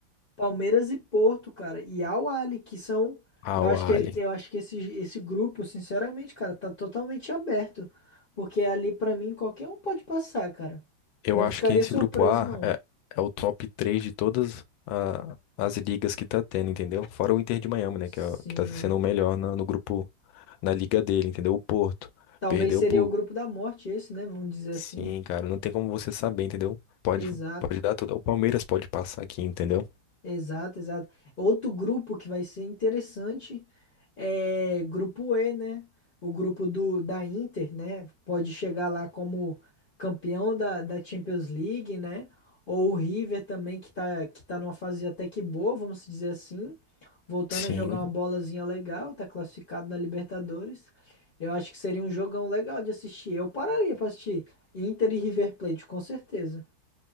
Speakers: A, on the left; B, on the left.
A: Palmeiras e Porto, cara. E Al Ahly, que são.
B: Al
A: Eu acho
B: Ahly.
A: que, eu acho que esse, esse grupo, sinceramente, cara, tá totalmente aberto. Porque ali, pra mim, qualquer um pode passar, cara.
B: Eu
A: Não
B: acho
A: ficaria
B: que esse
A: surpreso,
B: grupo A
A: não.
B: é, é o top 3 de todas a- as ligas que tá tendo, entendeu? Fora o Inter de Miami, né?
A: Sim.
B: Que, é, o- que tá sendo o melhor na- no grupo, na liga dele, entendeu? O Porto
A: Talvez
B: perdeu
A: seria
B: por.
A: o grupo da morte, esse, né? Vamos dizer
B: Sim,
A: assim.
B: cara, não tem como você saber, entendeu? Pode,
A: Exato.
B: pode dar tudo. O Palmeiras pode passar aqui, entendeu?
A: Exato, exato. Outro grupo que vai ser interessante é grupo E, né? O grupo do, da Inter, né? Pode chegar lá como campeão da, da Champions League, né? Ou o River também, que tá, que tá numa fase até que boa, vamos dizer assim. Voltando
B: Sim.
A: a jogar uma bolazinha legal, tá classificado na Libertadores. Eu acho que seria um jogão legal de assistir. Eu pararia pra assistir Inter e River Plate, com certeza.